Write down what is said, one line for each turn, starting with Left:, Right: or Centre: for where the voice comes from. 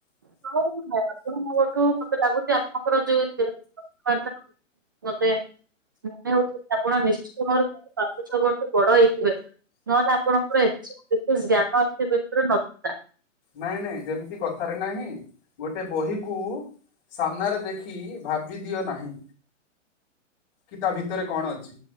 Right: <unintelligible> ଆପଣ ମୋଠୁ ମତେ ଲାଗୁଚି ଆପଣଙ୍କର ଯୋଉ <unintelligible> କଥାବାର୍ତ୍ତା ମତେ ମନେ ହୋଉଚି ଆପଣ ନିଶ୍ଚିତ ଭାବରେ ପାଞ୍ଚ ଛଅ ବର୍ଷ ବଡ ହେଇଥିବେ। ନହେଲେ ଆପଣଙ୍କର ଏତେ ସବୁ ବିଶେଷ ଜ୍ଞାନ <unintelligible> ନଥାନ୍ତା।
Left: ନାଇଁ ନାଇଁ ଯେମିତି କଥାରେ ନାହିଁ ଗୋଟେ ବହିକୁ ସାମ୍ନାରେ ଦେଖି ଭାବି ଦିଅ ନାହିଁ। କି ତା ଭିତରେ କଣ ଅଛି।